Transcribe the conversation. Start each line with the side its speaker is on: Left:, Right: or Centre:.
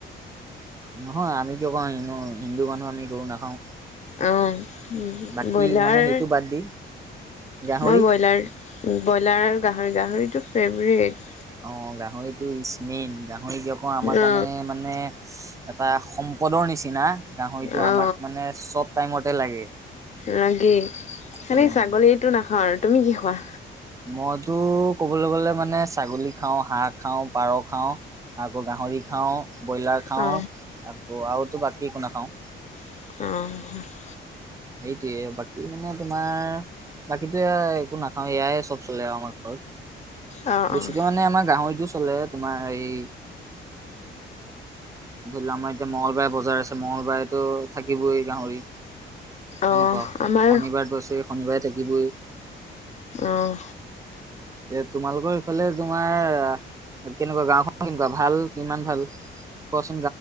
Right: নহয় আমি কিয় কওঁ হু হিন্দু মানুহ আমি গৰু নাখাওঁ।
Left: অ'
Right: বাকী
Left: বয়লাৰ।
Right: মানে সেইটো বাদ দি গাহৰি
Left: মই বয়লাৰ-বয়লাৰ, গাহৰি-গাহৰিটো ফেভৰেট।
Right: অ' গাহৰিটো ইচ মেইন, গাহৰি <unintelligible> আমাৰ
Left: অ
Right: কাৰণে মানে, এটা সম্পদৰ নিচিনা, গাহৰিটো
Left: অ
Right: আমাক মানে চব টাইমতে লাগে।
Left: লাগে, খালি
Right: উম
Left: ছাগলীটো নাখাওঁ আৰু, তুমি কি খোৱা?
Right: মইতো ক'বলৈ গলে মানে ছাগলী খাওঁ, হাঁহ খাওঁ, পাৰ খাওঁ, আকৌ গাহৰি খাওঁ, বয়লাৰ খাওঁ
Left: অ
Right: আকৌ আৰুতো বাকী একো নাখাওঁ।
Left: অঁ।
Right: তিয়ে, বাকী মানে তোমাৰ বাকীতো এয়া একো নাখাওঁ এয়াই চব চলে আৰু আমাৰ ঘৰত।
Left: অ অ
Right: বেছিকে মানে আমাৰ গাহৰিটো চলে তোমাৰ এই ধৰি লোৱা, আমাৰ এতিয়া মঙলবাৰে বজাৰ আছে মঙলবাৰেতো থাকিবই গাহৰি। তেনেকুৱা
Left: অ
Right: শনিবাৰ
Left: আমাৰ
Right: গৈছে শনিবাৰে থাকিবই।
Left: আহ,
Right: এ, তোমালোকৰ ইফালে তোমাৰ কেনেকুৱা গাওঁখন কেনেকুৱা ভাল? কিমান ভাল কোৱাচো